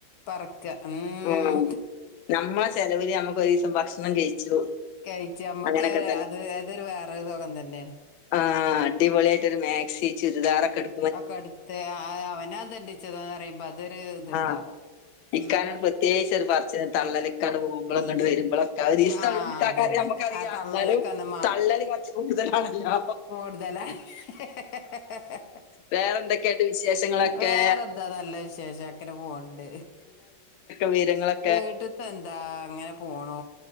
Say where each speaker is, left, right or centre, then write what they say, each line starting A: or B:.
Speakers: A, on the left (about 65°); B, on the left (about 85°).
A: പറക്ക ഉം
B: ആ നമ്മ ചെിലവൽ നമ്മുക്ക്ൊ ഒരു ദിവസം ഭക്ഷണം കഴിച്ചു
A: കഴച്ച് നമ്മക്ക്
B: അങ്ങനൊക്കെ
A: അത് അഏതൊരു വേറെൊ സുഖം തന്നെയാണ്
B: ആ് അടിപൊളിയായിയിട്ടൊരു മാക്സി ചുരിദാറൊക്കെ എടുക്ക
A: ഒക്കെ അടുത്ത് അവന ദണ്ടിച്ചതന്ന് പറയുമ്പോ അതൊരു ഇത്ണ്ടാവും
B: ആഹ് ഇക്കാനോട്
A: ഉം
B: പ്രത്യേകിച്ച് ഒരു പറച്ച തള്ളലക്കാണ് പോക്പോഴ അങ്ങണ്ട് വരുമ്പോഴും ഈ സ്ഥലംന്ന
A: ആ
B: കിട്ടറിയ
A: അതന്നെ
B: നമുക്കറിയാം
A: ആ തള്ളലൊക്കെ
B: എന്നാലും
A: ഒന്ന്
B: തള്ളല് കുറച്ച് കൂടുതലാണല്ലോ
A: കൂടുതലാ ഹഹഹ
B: വേറെന്തൊക്കെയുണ്ട് വിശേഷങ്ങളൊക്കെ
A: വേറെന്താ നല്ല വിശേഷം അങ്ങനെ പോണ്ട്
B: ഉയരങ്ങളക്കെ
A: വീട്ടത്തെ എന്താ അങ്ങനെ പോണു